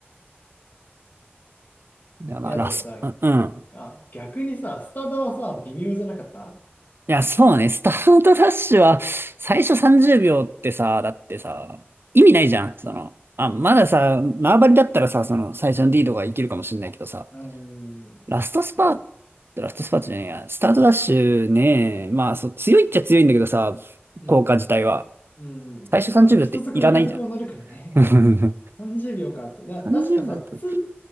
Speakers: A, on the right; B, on the left.
A: いや、まあ、
B: いや、
A: ラスパ、
B: でもさ、
A: うん。うん
B: あ、逆にさ、スタダはさ、微妙じゃなかった
A: いや、そうね。スタートダッシュは、最初30秒ってさ、だってさ、意味ないじゃん。その、あ、まださ、縄張りだったらさ、その、最初の D ーかがいけるかもしれないけどさ、
B: うん。
A: ラストスパー、
B: いや、
A: ラストスパートじゃねえや、スタートダッシュね、まあそう、強いっちゃ強いんだけどさ、
B: うん。
A: 効果自体は。
B: うん。
A: 最初30秒っていらないじゃん。
B: まあ、そう、一足も二足も乗るからね。<laughs> でも、
A: <laughs>
B: 30秒かって。いや、
A: 30秒と。
B: 確かさ、2、